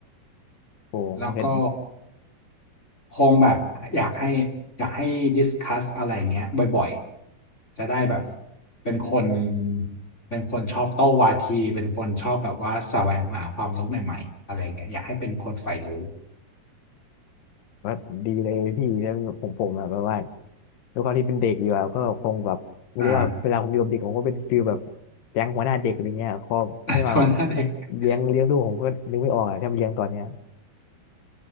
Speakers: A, on the left; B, on the left.
A: โอ้มันก็
B: แล้วก็ คงแบบอยากให้อยากให้ดิสคัสอะไรเงี้ยบ่อยๆ จะได้แบบเป็นคนเป็นคนชอบโต้วาทีเป็นคนชอบแบบว่าแสวงหาความรู้ใหม่ๆอะไรเงี้ยอยากให้เป็นคนใฝ่รู้
A: ว่าดีเลยพี่แล้วผมผมอะแบบว่าด้วยความที่เป็นเด็กอยู่อะก็คงแบบไม่รู้ว่าเวลาผมอยู่กับเด็กผมก็เป็นฟีลแบบ
B: อ่า
A: แก๊งหัวหน้าเด็กอะไรเงี้ยก็ให้มา
B: <laughs> ตัวหน้าเด็ก <laughs>
A: เลี้ยงเลี้ยงลูกผมก็นึกไม่ออกอะถ้ามาเลี้ยงตอนเนี้ย